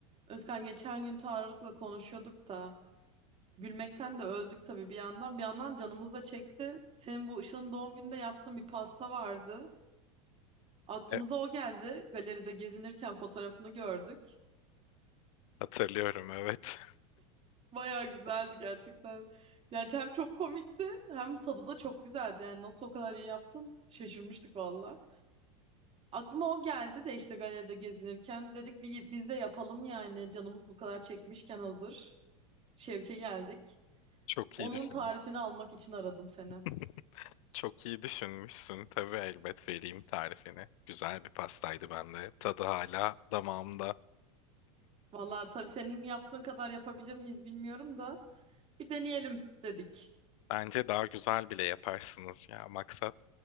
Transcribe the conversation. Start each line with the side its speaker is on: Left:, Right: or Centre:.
Right: Özkan geçen gün Tarık'la konuşuyorduk da gülmekten de öldük tabii bir yandan. Bir yandan canımız da çekti. Senin bu Işıl'ın doğum gününde yaptığın bir pasta vardı. Aklımıza
Left: E,
Right: o geldi. Galeride gezinirken fotoğrafını gördük.
Left: hatırlıyorum evet.
Right: Bayağı güzeldi gerçekten. Yani hem çok komikti hem tadı da çok güzeldi. Yani nasıl o kadar iyi yaptın şaşırmıştık valla. Aklıma o geldi de işte galeride gezinirken dedik bir, biz de yapalım yani canımız bu kadar çekmişken hazır. Şevke geldik.
Left: <laughs> Çok
Right: Onun
Left: iyi düşünmüş.
Right: tarifini almak için aradım seni.
Left: <laughs> Çok iyi düşünmüşsün. Tabii elbet vereyim tarifini. Güzel bir pastaydı bende. Tadı hala damağımda.
Right: Vallahi tabii senin yaptığın kadar yapabilir miyiz bilmiyorum da bir deneyelim dedik.
Left: Bence daha güzel bile yaparsınız ya. Maksat